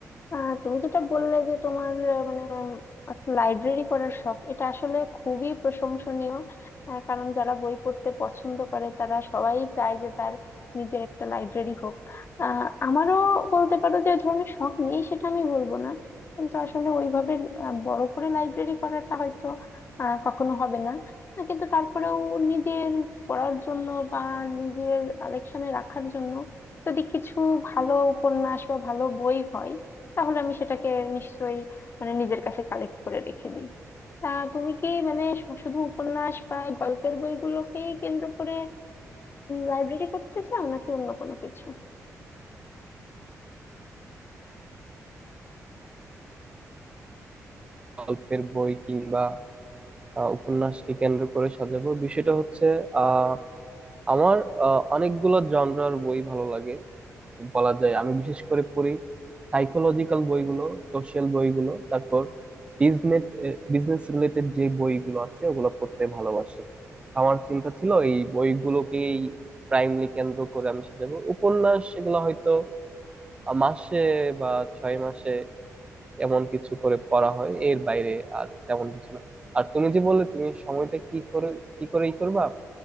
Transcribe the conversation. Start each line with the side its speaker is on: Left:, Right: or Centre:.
Left: আহ, তুমি যেটা বললে যে তোমার আহ, মানে উম, একটা লাইব্রেরি করার শখ এটা আসলে খুবই প্রশংসনীয় আহ, কারণ যারা বই পড়তে পছন্দ করে তারা সবাই চায় যে তার নিজের একটা লাইব্রেরি হোক আহ আমারও বলতে পারো যে ওই ধরনের শখ নেই সেটা আমি বলবো না কিন্তু আসলে ওইভাবে আহ, বড় করে লাইব্রেরি করাটা হয়তো আহ, কখনো হবে না আহ, কিন্তু তারপরেও নিজের পড়ার জন্য বা নিজের কালেকশনে রাখার জন্য যদি কিছু ভালো উপন্যাস বা ভালো বই হয় তাহলে আমি সেটাকে নিশ্চয়ই মানে নিজের কাছে কালেক্ট করে রেখে দিই তা তুমি কি মানে শু- শুধু উপন্যাস বা এই গল্পের বইগুলোকেই কেন্দ্র করে লাইব্রেরি করতে চাও নাকি অন্য কোনো কিছু
Right: গল্পের বই কিংবা আহ, উপন্যাসকে কেন্দ্র করে সাজাবো বিষয়টা হচ্ছে আহ আমার আহ, অনেকগুলো জনরার বই ভালো লাগে বলা যায় আমি বিশেষ করে পড়ি সাইকোলজিক্যাল বইগুলো সোশ্যাল বইগুলো তারপর বিজনেস বিজনেস রিলেটেড যে বইগুলো আছে ওগুলো পড়তে ভালোবাসি আমার চিন্তা ছিল এই বইগুলোকেই প্রাইমলি কেন্দ্র করে আমি সাজাবো উপন্যাস এগুলো হয়তো আহ, মাসে বা ছয় মাসে এমন কিছু করে পড়া হয় এর বাইরে আর তেমন কিছু না আর তুমি যে বললে তুমি সময়টা কি করে কি করে ই করবা